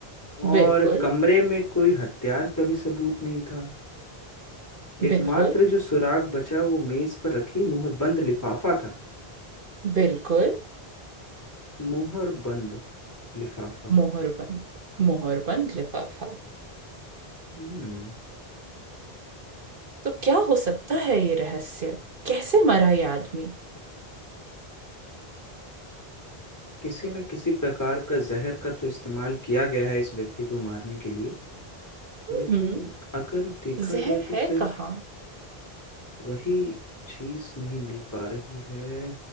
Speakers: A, on the left; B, on the right.
A: और
B: बिल्कुल
A: कमरे में कोई हथियार का भी सबूत नहीं था एकमात्र
B: बिल्कुल
A: जो सुराग बचा वो मेज पर रखी मुहरबंद लिफाफा था
B: बिल्कुल
A: मुहरबंद लिफाफा
B: मोहरबंद मोहरबंद लिफाफा
A: हम्म
B: तो क्या हो सकता है ये रहस्य कैसे मरा ये आदमी
A: किसी न किसी प्रकार का जहर का तो इस्तेमाल किया गया है इस व्यक्ति को मारने के लिए
B: हम्म
A: लेकिन अगर देखा
B: जहर
A: जाए तो
B: है
A: सिर्फ
B: कहाँ
A: वही चीज नहीं मिल पा रही है